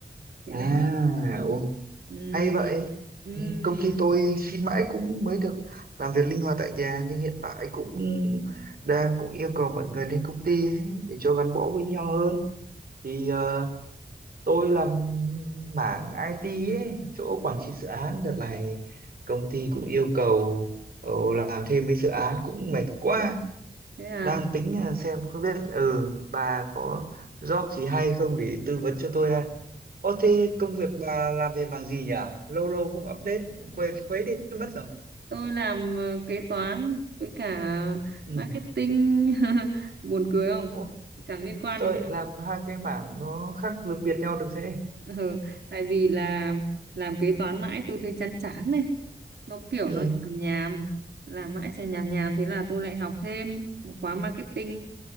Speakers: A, on the right; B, on the right.
A: Thế
B: À,
A: nên
B: ô,
A: ừm,
B: hay vậy.
A: ừm,
B: Ừ, Công ty tôi xin mãi cũng mới được làm việc linh hoạt tại nhà nhưng hiện tại cũng đang cũng yêu cầu mọi người lên công ty ấy, để cho gắn bó với nhau hơn. Thì ờ, Tôi làm mảng IT ấy, chỗ quản trị dự án đợt này công ty cũng yêu cầu ờ, làm thêm mấy dự án cũng mệt quá.
A: thế à.
B: Đang tính là xem không biết ừ bà có job gì hay không để tư vấn cho tôi đây. Ô thế công việc bà làm về mảng gì nhỉ? Lâu lâu không update quên quấy đi mất rồi.
A: tôi làm ờ, kế toán với cả
B: Ừ.
A: marketing <laughs> buồn cười không
B: Ô,
A: chẳng liên quan
B: sao
A: đến
B: lại
A: nhau
B: làm hai cái mảng nó khác biệt nhau được thế?
A: <laughs> ừ. tại vì là làm kế toán mãi tôi thấy chán chán này nó kiểu
B: Ừ.
A: nó nhàm nhàm làm mãi chả nhàm nhàm thế là tôi lại học thêm một khóa marketing